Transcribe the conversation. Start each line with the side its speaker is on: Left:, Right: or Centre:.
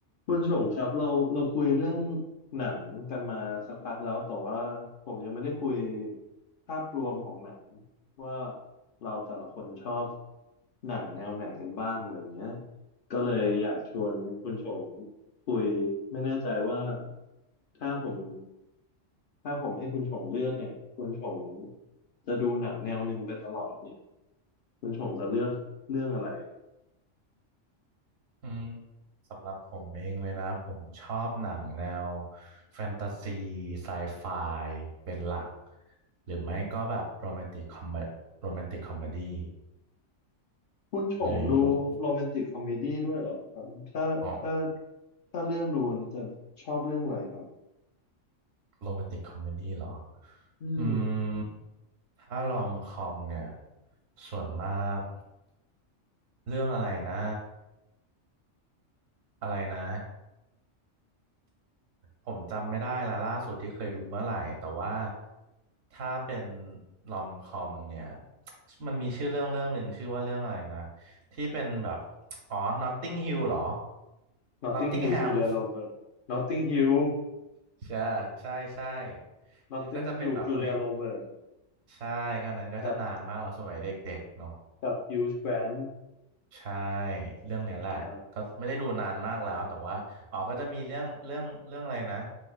Left: คุณชงครับเราเราคุยเรื่องหนังกันมาสักพักแล้วแต่ว่าผมยังไม่ได้คุยภาพรวมของหนังว่าเราแต่ละคนชอบหนังแนวไหนกันบ้างอะไรอย่างเงี้ยก็เลยอยากชวนคุณชงคุยไม่แน่ใจว่าถ้าผมถ้าผมให้คุณชงเลือกเนี่ยคุณชงจะดูหนังแนวหนึ่งไปตลอดเนี่ยคุณชงจะเลือกเรื่องอะไร
Right: อืมสำหรับผมเองเลยนะผมชอบหนังแนวแฟนตาซีไซไฟเป็นหลักหรือไม่ก็แบบโรแมนติกคอมโรแมนติกคอมเมดี้
Left: คุณชงดูโรแมนติกคอมเมดี้ด้วยเหรอครับถ้าถ้า
Right: เลยอยยกอ๋อ
Left: ถ้าเลือกดูจะชอบเรื่องอะไรครับ
Right: โรแมนติกคอมเมดี้เหรอ
Left: อืม
Right: อืมถ้ารอมคอมเนี่ยส่วนมากเรื่องอะไรนะอะไรนะ ผมจำไม่ได้ละล่าสุดที่เคยดูเมื่อไหร่แต่ว่าถ้าเป็นลอมคอมเนี่ย <tsk> มันมีชื่อเรื่องเรื่องหนึ่งชื่อว่าเรื่องอะไรนะที่เป็นแบบอ๋อ Notting Hill เหรอ
Left: Notting
Right: Nottingham
Left: Hill Julia Roberts Notting Hill
Right: <laughs> มใช่ใช่ใช่
Left: Notting
Right: คือก็จะเป็นแบบเอ้ย
Left: Hill Julia Roberts
Right: ใช่อันนั้นก็จะนานมากเราสมัยเด็กๆเนาะ
Left: กับกับ Hugh Grant
Right: ใช่เรื่องเนี้ยแหละก็ไม่ได้ดูนานมากแล้วแต่ว่าอ๋อก็จะมีเรื่องเรื่องเรื่องอะไรนะ
Left: อ่า